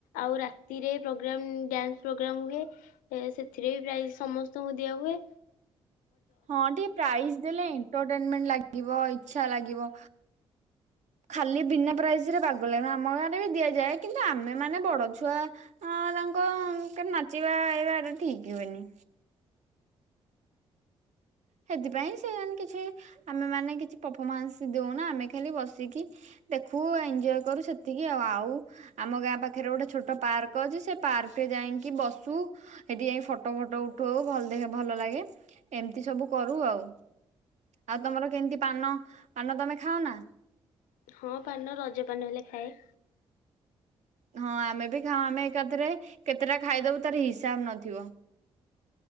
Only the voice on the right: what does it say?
ହଁ ଟିକେ ପ୍ରାଇଜ ଦେଲେ ଏଟରଟେଣ୍ଟ ଲାଗିବ ଇଛା ଲାଗିବ। ଖାଲି ବିନା ପ୍ରାଇଜ ରେ ବାଗ ଲାଗିବନି। ଆମ ଗାଁ ରେ ବି ଦିଆଯାଏ। କିନ୍ତୁ ଆମେ ମାନେ ବଡ ଛୁଆ ଆଁ ତାଙ୍କ କେତେ ନାଚିବା ଏଇବା ଟା ଠିକ ହୁଏନି। ସେଥିପାଇଁ ସେ ଆମେ କିଛି ଆମେ ମାନେ କିଛି ପରଫମାନ୍ସ ଦଉନା। ଆମେ ଖାଲି ବସିକି ଦେଖୁ ଏଞ୍ଜୟ କରୁ ସେତିକି ଆଉ। ଆଉ ଆମ ଗାଁ ପାଖରେ ଗୋଟେ ଛୋଟ ପାର୍କ ଅଛି। ସେ ପାର୍କରେ ଯାଇଁକି ବସୁ ସେଠି ଯାଇ ଫଟୋ ଫଟ ଉଠଉ। ଭଲ ଦେଖ ଭଲ ଲାଗେ। ଏମିତି ସବୁ କରୁ ଆଉ। ଆଉ ତମର କେମିତି ପାନ ପାନ ତମେ ଖାଅ ନା?
ହଁ ଆମେ ବି ଖାଉ। ଆମେ ଏକାଥରେ କେତେଟା ଖାଇଦବୁ ତାର ହିସାବ ନଥିବ।